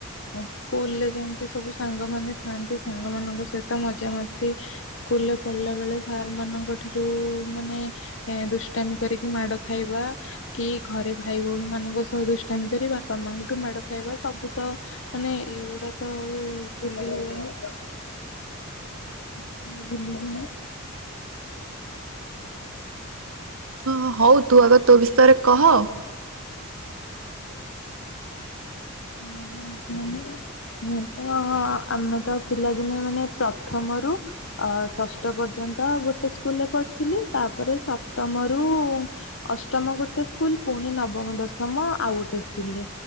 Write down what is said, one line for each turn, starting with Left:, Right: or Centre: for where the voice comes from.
Left: ସ୍କୁଲ୍ ରେ ଯେମତି ସବୁ ସାଙ୍ଗ ମାନ ଥାଆନ୍ତି, ସାଙ୍ଗ ମାନଙ୍କ ସହିତ ମଜା ମସ୍ତି ସ୍କୁଲ୍ ରେ ପଢିଲା ବେଳେ ସାର୍ ମାନଙ୍କ ଠାରୁ ମାନେ ଏଁ ଦୁଷ୍ଟାମି କରି କି ମାଡ ଖାଇବା। କି ଘରେ ଭାଇ ଭଉଣୀ ମାନଙ୍କ ସହ ଦୁଷ୍ଟାମି କରି ବାପା ମାଙ୍କଠୁ ମାଡ ଖାଇବା, ସବୁ ତ ମାନେ ଏଗୁଡା ତ ଆଉ ଭୁଲି ହୁଏନି। <inaudible>
Right: ହ, ହୋ ହଉ ତୁ ଆଗ ତୋ ବିଷୟରେ କହ।
Left: ମୁଁ <inaudible> ଶୁଣି। ମୁଁ ତ ହୋ ଆ, ଆମେ ତ ପିଲାଦିନେ ମାନେ ପ୍ରଥମରୁ ଅ, ଷଷ୍ଠ ପର୍ଯ୍ୟନ୍ତ ଗୁଟେ ସ୍କୁଲ୍ ରେ ପଢିଥିଲି। ତାପରେ ସପ୍ତମ ରୁ ଅଷ୍ଟମ ଗୁଟେ ସ୍କୁଲ୍, ପୁଣି ନବମ ଦଶମ ଆଉ ଗୁଟେ ସ୍କୁଲ୍ ରେ।